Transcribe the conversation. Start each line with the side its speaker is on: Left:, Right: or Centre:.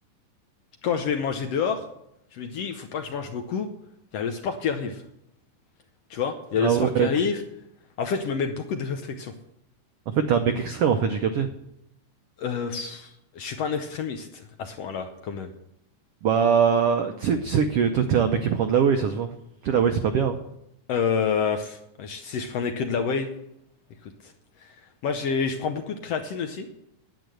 Left: quand je vais manger dehors, je me dis, il faut pas que je mange beaucoup. Il y a le sport qui arrive, tu vois. Il y a
Right: Ah
Left: le sport
Right: ouais,
Left: qui arrive.
Right: t'es-
Left: En fait, je me mets beaucoup de restrictions.
Right: en fait, t'es un mec extrême, en fait, j'ai capté.
Left: Euh, pff, je suis pas un extrémiste à ce point-là, quand même.
Right: Bah, tu sais, tu sais que toi, t'es un mec qui prend de la whey, ça se voit. Tu sais, la whey, c'est pas bien. hein.
Left: Euh, pff, je- si je prenais que de la whey, écoute. Moi, j'ai, je prends beaucoup de créatine aussi.